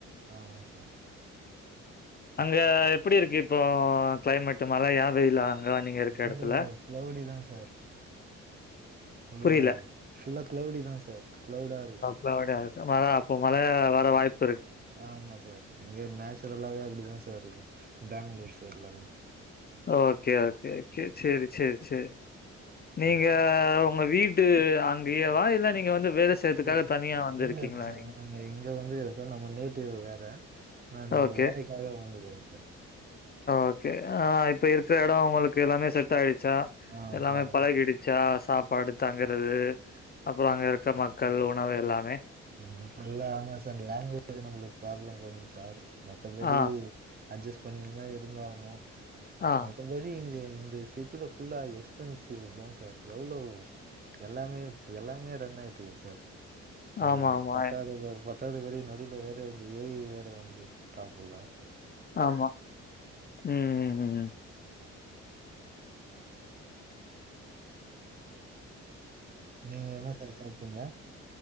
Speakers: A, on the right (about 25°); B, on the left (about 30°).
A: ஆமா சார்
B: அங்க எப்டி இருக்கு இப்போ க்ளைமேட்டு மழையா வெயிலா அங்க நீங்க இருக்க
A: இங்க
B: இடத்துல?
A: க்ளெவுடி தா சார் உள்ள
B: புரியல.
A: ஃபுல்லா க்ளெவுடி தா சார் க்ளெவுடா இருக்கூ
B: க்ளெவுடா இருக்கூ மழ அப்ப மழைய வர வாய்ப்
A: ஹ ஆமா சார் இங்கே நேச்சுரலாவே அப்டிதா சார் இருக்கூ பேங்ளூர் சைட்லல்லா
B: ஓகே ஓகே செரி செரி செரி நீங்க
A: ம்.
B: அ உங்க வீடு அங்கயேவா இல்ல நீங்க வந்து வேல செய்யறதுக்காக
A: இ
B: தனியா வந்திருக்கீங்களா
A: இல்ல இல்ல சார்
B: நீங்க
A: இங்க வந்துகறே சார் நம்ம நேட்டிவ் வேற நா இங்க
B: ஓகே.
A: வேலைக்காக வந்துகுறே சார்
B: ஓகே ஆ இப்ப இருக்கற எடொ உங்களுக்கு எல்லாமே செட் ஆயிடுச்சா
A: ஆ
B: எல்லாமே
A: பரவா
B: பழகிடிச்சா சாப்பாடு தங்கறது அப்புறொ அங்க இருக்க மக்கள் உணவு எல்லாமே
A: இங்க ஃபுல்லா ஆமா சார் லாங்குவேஜ் உங்களுக்கு ப்ராப்ளம் கொஞ்சொ சார் மத்தபடி
B: ஆ,
A: அட்ஜஸ்ட் பண்ணிட்டுதா இருந்தாகனு
B: ஆ.
A: அந்த மாரி இந்த செட்டுல ஃபுல்லா எக்ஸ்பென்சிவ் தா சார் எவ்ளோ எல்லாமே எல்லாமே ரன் ஆயிட்டுக்கு சார் அதுதா
B: ஆமா, ஆமா.
A: பத்தாது பத்தாது வேர நடுல வேற இந்த ஏ ஐ வேற வந்து டா புல
B: ஆமா ம் ம் ம் ம்
A: நீங்க என்னா செஞ்சி சாப்டீங்க